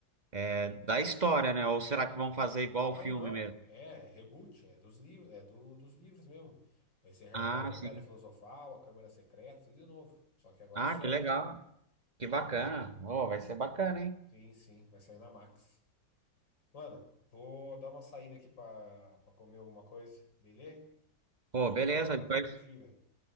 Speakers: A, on the right (about 25°); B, on the left (about 80°).
A: é, da história, né? Ou será que vão fazer igual
B: Não,
A: o filme
B: não.
A: mesmo?
B: É, reboot, é dos livros, é do, dos livros mesmo. Vai ser Harry
A: Ah,
B: Potter,
A: sim.
B: Pedra Filosofal, A Câmara Secreta, tudo de novo. Só que agora
A: Ah,
B: é série.
A: que legal, que bacana. Oh, vai ser bacana, hein?
B: Sim, sim, vai sair na Max. Mano, vou dar uma saída aqui pra, pra comer alguma coisa, beleza?
A: Pô,
B: Papo
A: beleza.
B: da hora,
A: Depois...
B: curti, velho.